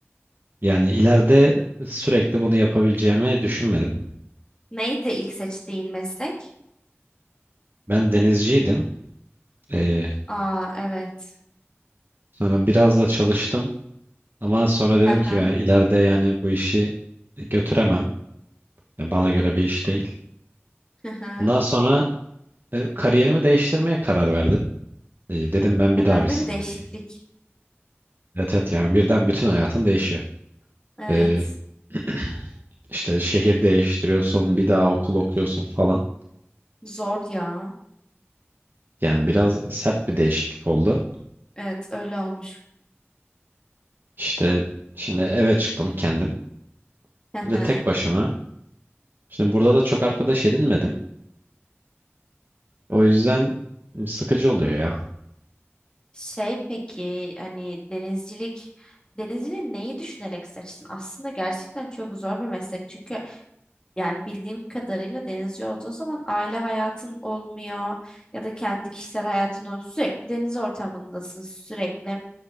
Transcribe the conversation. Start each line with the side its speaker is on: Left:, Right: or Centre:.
Right: Yani ileride sürekli bunu yapabileceğimi düşünmedim.
Left: Neydi ilk seçtiğin meslek?
Right: Ben denizciydim. E,
Left: Aa, evet.
Right: sonra biraz da çalıştım. Ama sonra dedim
Left: Hı
Right: ki
Left: hı,
Right: ben ileride yani bu işi götüremem. Ya bana göre bir iş değil.
Left: hı hı.
Right: Ondan sonra e, kariyerimi değiştirmeye karar verdim. E, dedim ben
Left: Önemli
Right: bir daha bir sınava
Left: bir değişiklik.
Right: gireyim. Evet evet yani birden bütün hayatın değişiyor.
Left: Evet.
Right: E, <clears throat> işte şehir değiştiriyorsun, bir daha okul okuyorsun falan.
Left: Zor ya.
Right: Yani biraz sert bir değişiklik oldu.
Left: Evet, öyle olmuş.
Right: İşte şimdi eve çıktım kendim.
Left: Hı
Right: Böyle
Left: hı.
Right: tek başıma. Şimdi burada da çok arkadaş edinmedim. O yüzden sıkıcı oluyor ya.
Left: Şey peki hani denizcilik denizciliği neyi düşünerek seçtin? Aslında gerçekten çok zor bir meslek. Çünkü yani bildiğim kadarıyla denizci olduğun zaman aile hayatın olmuyor ya da kendi kişisel hayatın olmuyor. Sürekli deniz ortamındasın, sürekli